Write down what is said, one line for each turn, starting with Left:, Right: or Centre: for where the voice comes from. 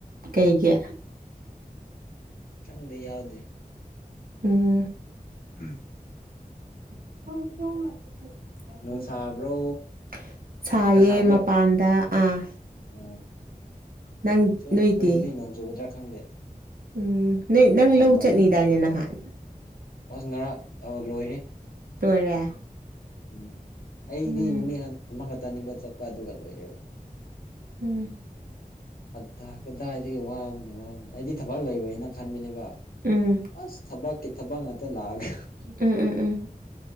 Right: ꯀꯩꯒꯤ
Left: ꯈꯪꯗꯦ ꯌꯥꯎꯗꯦ
Right: ꯎꯝ
Left: ꯎꯝ
Right: <unintelligible>
Left: ꯅꯣꯡ ꯁꯥꯕ꯭ꯔꯣ
Right: ꯁꯥꯏꯌꯦ
Left: ꯅꯨꯡꯁꯥ ꯁꯥꯕ꯭ꯔꯣ
Right: ꯃꯄꯥꯟꯗ ꯑꯥ
Left: ꯑꯣ
Right: ꯅꯪ
Left: ꯁꯦ ꯑꯩꯈꯣꯏꯗꯗꯤ
Right: ꯅꯣꯏꯗꯤ
Left: ꯅꯣꯡ ꯆꯨꯒꯗ꯭ꯔꯥ ꯈꯪꯗꯦ
Right: ꯎꯝ ꯅꯣꯏ ꯅꯪ
Left: ꯅꯣꯡ
Right: ꯂꯧ
Left: ꯃꯪꯉꯦꯕ
Right: ꯆꯠꯅꯤꯗꯥꯏꯅꯦ
Left: ꯑꯃꯨꯛ
Right: ꯅꯍꯥꯟ
Left: ꯑꯁ ꯉꯔꯥꯡ ꯑꯣ ꯂꯣꯏꯔꯦ
Right: ꯂꯣꯏꯔꯦ
Left: ꯎꯝ ꯑꯩꯗꯤ
Right: ꯎꯝ
Left: ꯅꯨꯃꯤꯠ ꯍꯟ ꯑꯃꯥꯈꯛꯇꯅꯦꯕ ꯆꯠꯄ ꯑꯗꯨꯒ ꯂꯣꯏꯔꯦꯕ
Right: ꯎꯝ
Left: ꯑꯗꯥ ꯀꯗꯥꯏꯗꯒꯤ ꯋꯥꯕꯅ ꯋꯥꯕꯅ ꯑꯩꯗꯤ ꯊꯕꯛ ꯂꯩꯔꯣꯏꯅ ꯈꯟꯕꯅꯦꯕ
Right: ꯎꯝ
Left: ꯑꯁ ꯊꯕꯛꯀꯤ ꯊꯕꯛ ꯉꯥꯛꯇ ꯂꯥꯛꯑꯒ
Right: ꯎꯝ ꯎꯝ ꯎꯝ